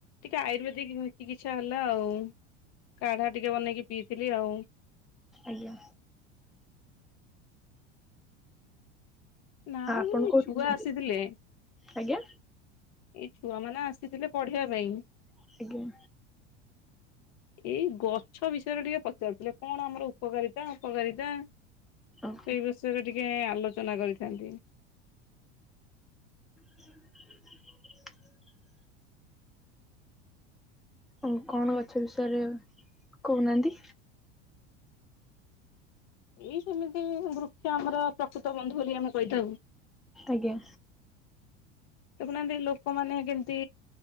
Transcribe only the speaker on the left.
ଟିକେ ଆୟୁର୍ବେଦିକ ଚିକିତ୍ସା ହେଲା ଆଉ। କାଢା ଟିକେ ବନେଇକି ପିଇଥିଲି ଆଉ।
ନା
ଛୁଆ
ଆସିଥିଲେ ଏ
ଛୁଆମାନେ ଆସିଥିଲେ ପଢିବା ପାଇଁ।
ଏଇ ଗଛ ବିଷୟରେ ଟିକେ ପଚାରୁଥିଲେ କଣ ଆମର ଉପକାରିତା ଅପକାରିତା। ସେଇ
ବିଷୟରେ ଟିକେ ଆଲୋଚନା କରିଥାନ୍ତି।
ଏଇ ସେମିତି ବୃକ୍ଷ ଆମର ପ୍ରକୃତ ବନ୍ଧୁ ବୋଲି ଆମେ କହିଥାଉ।
ଦେଖୁନାହାନ୍ତି ଲୋକମାନେ କେମିତି